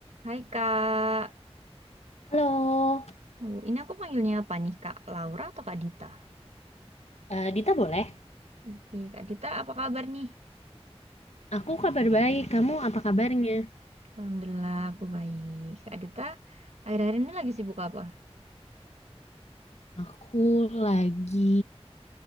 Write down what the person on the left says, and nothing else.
Halo,
eh, Dita boleh?
Aku kabar baik, kamu apa kabarnya?
Aku lagi